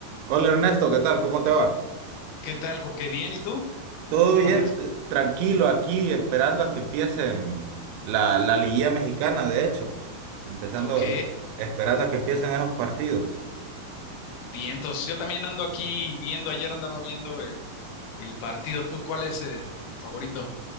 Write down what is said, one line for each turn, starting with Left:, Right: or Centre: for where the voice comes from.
Right: Hola Ernesto, ¿qué tal? ¿Cómo te va?
Left: ¿Qué tal, Jorge? ¿Bien? ¿Y tú?
Right: Todo
Left: ¿Cómo
Right: bien,
Left: andas?
Right: t- tranquilo aquí, esperando a que empiecen la, la liguilla mexicana, de hecho, empezando,
Left: Ok,
Right: esperando a que empiecen esos partidos.
Left: bien. Entonces, yo también ando aquí viendo, ayer andaba viendo el, el partido. ¿Tú cuál es el favorito?